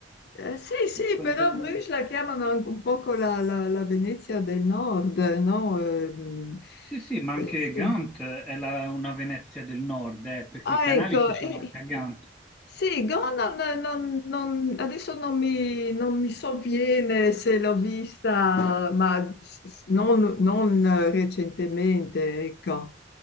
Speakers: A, on the left; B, in the centre.
A: Eh, sì, sì,
B: e quando-
A: però Bruges la chiamano anche un poco la, la- la Venezia del Nord, no? Eh, mm,
B: sì sì, ma
A: eh,
B: anche
A: sì.
B: Gant è la- una Venezia del nord, eh, perché
A: Ah,
B: i canali
A: ecco,
B: ci sono
A: eh,
B: anche a Gant.
A: sì, Gonan eh, non- non- adesso non mi, non mi sovviene se l'ho vista, ma s- s- non, non, eh, recentemente, ecco.